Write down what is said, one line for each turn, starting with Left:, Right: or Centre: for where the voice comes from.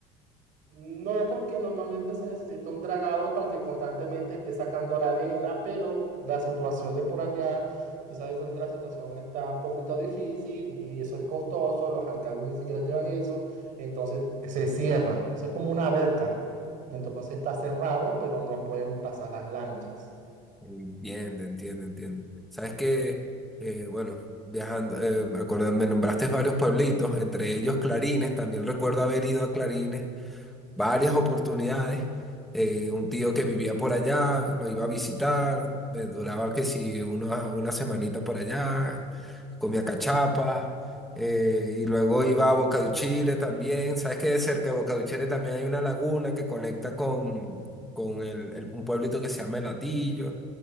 Right: No, porque normalmente se necesita un dragado para que constantemente esté sacando la arena, pero la situación de por allá, tú sabes que ahorita la situación está un poquito difícil y eso es costoso, los alcaldes ni siquiera llevan eso, entonces se cierra, o sea, es como una boca, entonces está cerrado, pero no pueden pasar las lanchas.
Centre: Entiende, entiende, entiende. Sabes que, eh, bueno, viajando, eh, me acuerdo- me nombraste varios pueblitos, entre ellos Clarines, también recuerdo haber ido a Clarines varias oportunidades. Eh, un tío que vivía por allá, lo iba a visitar, me duraba que si una, una semanita por allá, comía cachapa, eh, y luego iba a Boca también. Sabes que cerca de Boca también hay una laguna que conecta con, con el, el- un pueblito que se llama El Hatillo